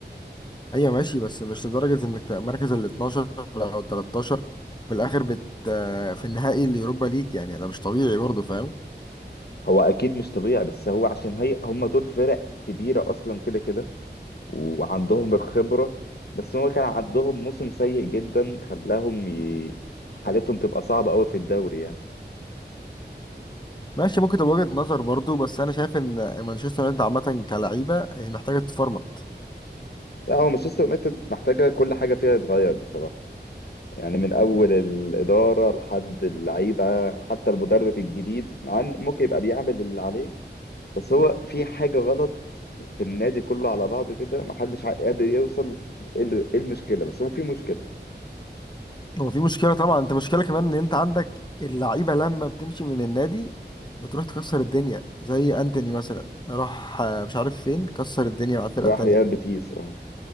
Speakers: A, on the left; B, on the left.
A: ايوه ماشي بس مش لدرجة انك تبقى مركز ال 12 او ال 13 في الاخر بت آه، في النهائي اليوروبا ليج يعني ده مش طبيعي برضه فاهم
B: هو اكيد مش طبيعي بس هو عشان هي هم دول فرق كبيره اصلا كده كده وعندهم الخبرة بس هو كان عندهم موسم سيء جدا خلاهم ي... حالتهم تبقى صعبة قوي في الدوري يعني
A: ماشي ممكن تبقى وجهة نظر برضه بس انا شايف ان مانشستر يونايتد عامة كلعيبة هي محتاجة تتفرمط
B: لا هو مانشستر يونايتد محتاجة كل حاجة فيها يتغير بصراحة يعني من أول الإدارة لحد اللعيبة حتى المدرب الجديد عن ممكن يبقى بيعمل اللي عليه بس هو في حاجة غلط في النادي كله على بعضه كده محدش قادر يوصل إيه ال- إيه المشكلة بس هو في مشكلة
A: هو في مشكلة طبعا انت مشكلة كمان ان انت عندك اللعيبة لما بتمشي من النادي بتروح تكسر الدنيا زي انتوني مثلا راح آه، مش عارف فين كسر الدنيا مع الفرقة
B: راح
A: التانية
B: ريال بيتيس اه